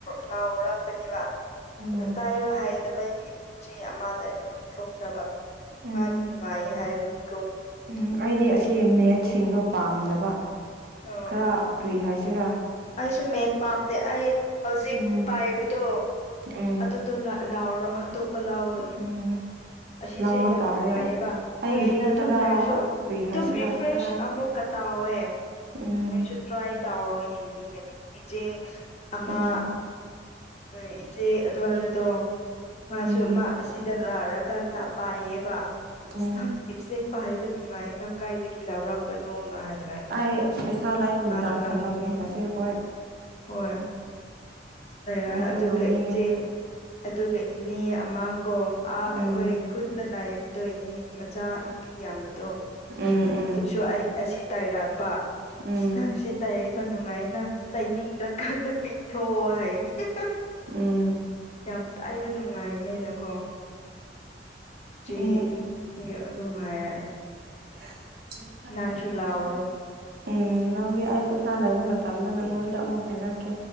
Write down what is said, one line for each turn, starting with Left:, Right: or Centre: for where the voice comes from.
Left: ꯂꯥꯎ-ꯂꯥꯎꯔꯛꯄꯅꯦꯕ
Right: ꯎꯝ
Left: ꯑꯗꯨ ꯇꯥꯏꯕ ꯍꯥꯏꯗꯕꯒꯤ ꯆꯦ ꯑꯃꯗ ꯑꯩꯅ ꯄꯤꯊꯣꯛꯈ꯭ꯔꯥꯕ
Right: ꯎꯝ
Left: ꯃꯥꯗꯤ ꯅꯨꯡꯉꯥꯏꯌꯦ ꯍꯥꯏꯕꯅꯤꯀꯣ
Right: ꯎꯝ ꯑꯩꯗꯤ ꯑꯁꯤ ꯃꯦꯠꯁꯤꯡꯗꯣ ꯄꯥꯝꯗꯕ
Left: ꯎꯝ
Right: ꯈꯔ ꯀ꯭ꯔꯤ ꯍꯥꯏꯁꯦꯔꯥ
Left: ꯑꯩꯁꯨ ꯃꯦꯠ ꯄꯥꯝꯗꯦ ꯑꯩ ꯍꯧꯖꯤꯛ
Right: ꯎꯝ
Left: ꯄꯥꯏꯕꯗꯣ
Right: ꯎꯝ
Left: ꯑꯗꯨ ꯑꯗꯨ ꯂꯥꯎꯑꯣꯔꯣ ꯑꯇꯣꯞꯄ ꯂꯧꯅꯨ
Right: ꯎꯝ
Left: ꯑꯁꯤꯁꯦ
Right: ꯂꯥꯎꯕ
Left: ꯌꯥꯝ
Right: ꯇꯥꯔꯦ
Left: ꯅꯨꯡꯉꯥꯏꯌꯦꯕ
Right: ꯑꯩꯒꯤꯗꯤ
Left: ꯀꯨꯏꯅ ꯑꯗꯨꯝ
Right: ꯈꯔ
Left: ꯂꯩꯔꯁꯨ
Right: ꯀꯔꯤ
Left: ꯑꯗꯨꯝ
Right: ꯍꯥꯏꯁꯤꯔꯥ
Left: ꯔꯤꯐ꯭ꯔꯦꯁ
Right: ꯈꯔ
Left: ꯑꯃꯨꯛ ꯀꯥ ꯇꯧꯏ
Right: ꯎꯝ
Left: ꯅꯣꯏꯁꯨ ꯇ꯭ꯔꯥꯏ ꯇꯧꯔꯣ ꯌꯦꯡꯅꯤꯡꯉꯗꯤ ꯏꯆꯦ ꯑꯃ
Right: ꯎꯝ
Left: ꯎ ꯏꯆꯦ ꯑꯗꯨ ꯋꯥꯅꯗꯣ ꯃꯥꯁꯨ
Right: ꯎꯝ
Left: ꯃꯥ ꯑꯁꯤꯗ ꯂꯥꯔꯥꯀꯥꯟꯗ ꯄꯥꯏꯌꯦꯕ ꯏꯅꯥꯁ
Right: ꯎꯝ
Left: ꯂꯤꯞꯁꯤꯠ ꯄꯥꯏꯕ ꯅꯨꯡꯉꯥꯏꯌꯦ ꯅ ꯪꯀꯥꯏꯗꯒꯤ ꯂꯥꯎꯔꯛꯄꯅꯣꯅ ꯍꯥꯏꯔꯛꯑꯦ
Right: ꯑꯩ ꯄꯩꯁꯥ ꯂꯥꯏꯕ
Left: ꯃꯥꯁꯨ
Right: ꯃꯇꯝꯗ
Left: ꯂꯧꯅꯤꯡꯉꯦꯅ
Right: ꯂꯧꯃꯤꯟꯅꯁꯦ ꯍꯣꯏ
Left: ꯍꯣꯏ ꯂꯩꯔ
Right: ꯑꯩꯁꯨ
Left: ꯑꯗꯨꯒ
Right: ꯂꯧꯅꯤꯡꯉꯦ
Left: ꯏꯆꯦ ꯑꯗꯨꯒ ꯏꯅꯦ ꯑꯃꯥ ꯀꯣ ꯑꯥ
Right: ꯎꯝ
Left: ꯑꯩꯈꯣꯏ ꯈꯨꯟꯗ ꯂꯥꯏꯕꯗꯣ ꯏꯅꯦ ꯃꯆꯥ ꯅꯨꯨꯄꯤ ꯌꯥꯝꯕꯗꯣ
Right: ꯎꯝ ꯎꯝ
Left: ꯑꯗꯨꯁꯨ ꯑꯩ ꯑꯁꯤ ꯇꯥꯏꯔꯛꯄ
Right: ꯎꯝ
Left: ꯑꯁ ꯅꯪꯁꯦ ꯇꯩꯏꯌꯦꯕ ꯅꯨꯡꯉꯥꯏꯌꯦꯅ ꯇꯩꯅꯤꯡꯗꯔꯀꯥꯟꯗ ꯄꯤꯊꯛꯑꫭ ꯍꯥꯏꯌꯦ
Right: ꯎꯝ
Left: ꯌꯥꯝ ꯇꯥꯏꯌꯦꯕ ꯅꯨꯡꯉꯥꯏꯌꯦꯅꯀꯣ ꯆꯤ
Right: ꯎꯝ
Left: ꯑꯗꯨꯝ ꯍꯥꯏꯔꯛꯑꯦ
Right: <unintelligible>
Left: ꯅꯪꯁꯨ ꯂꯥꯎꯔꯣ
Right: ꯎꯝ ꯂꯧꯒꯦ ꯑꯩ ꯄꯩꯁꯥ ꯂꯩꯕ ꯃꯇꯝꯗ ꯅꯪꯉꯣꯟꯗ ꯑꯃꯨꯛ ꯍꯥꯏꯔꯛꯀꯦ